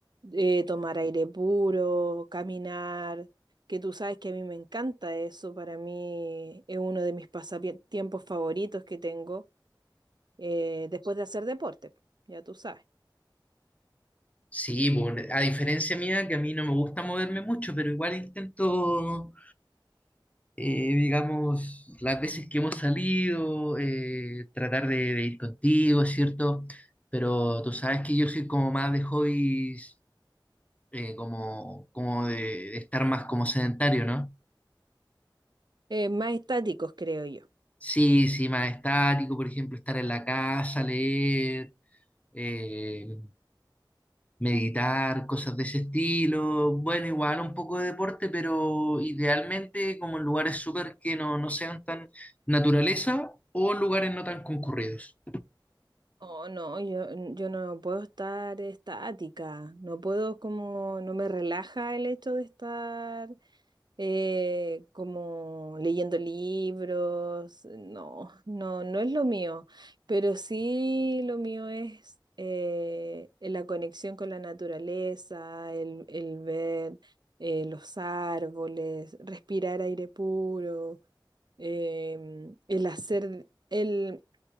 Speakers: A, on the right; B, on the left.
A: eh, tomar aire puro, caminar, que tú sabes que a mí me encanta eso, para mí es uno de mis pasatiempos favoritos que tengo eh, después de hacer deporte, ya tú sabes.
B: Sí, pues, a diferencia mía, que a mí no me gusta moverme mucho, pero igual intento, eh, digamos, las veces que hemos salido, eh, tratar de, de ir contigo, ¿cierto? Pero tú sabes que yo soy como más de hobbies eh, como, como de, de estar más como sedentario, ¿no?
A: Eh, más estáticos, creo yo.
B: Sí, sí, más estático, por ejemplo, estar en la casa, leer, eh, meditar, cosas de ese estilo. Bueno, igual un poco de deporte, pero idealmente como en lugares súper que no, no sean tan naturaleza o en lugares no tan concurridos.
A: Oh, no, yo, yo no puedo estar estática, no puedo como, no me relaja el hecho de estar eh, como leyendo libros, no, no, no es lo mío, pero sí lo mío es eh, la conexión con la naturaleza, el, el ver eh, los árboles, respirar aire puro, em, el hacer... El,